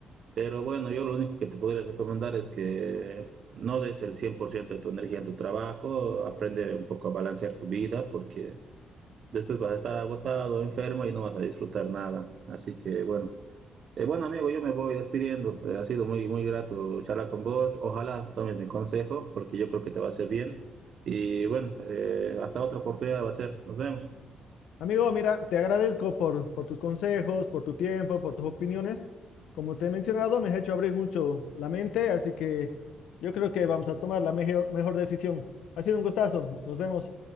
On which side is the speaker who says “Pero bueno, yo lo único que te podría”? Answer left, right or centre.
Right